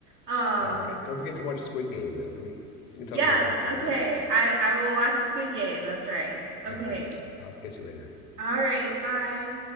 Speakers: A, on the right; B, on the left.
A: Um,
B: All right. Don't forget to watch Squid Game though. Let me we can
A: Yes,
B: talk about that sometime.
A: okay. I I will watch Squid Game. That's right. Okay.
B: All right. I'll catch you later.
A: All right. Bye.